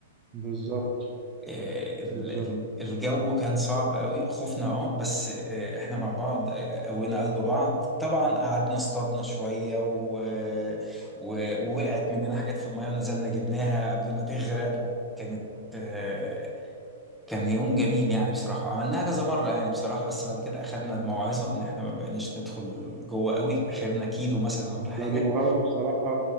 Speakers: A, on the right; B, in the centre.
A: بالظبط
B: آه، ال-
A: بالظبط
B: ال- الجو كان صعب قوي خفنا اه بس آه، احنا مع بعض آه، قوينا قلب بعض طبعا قعدنا اصطادنا شويه و... و... ووقعت مننا حاجات في الميه ونزلنا جبناها قبل ما تغرق وكانت آه، كان يوم جميل يعني بصراحة عملناها كذا مرة يعني بصراحة بس بعد كده أخدنا الموعظة إن إحنا ما بقيناش ندخل جوه قوي آخرنا كيلو مثلا
A: بس
B: ولا حاجة
A: دي مغامرة بصراحة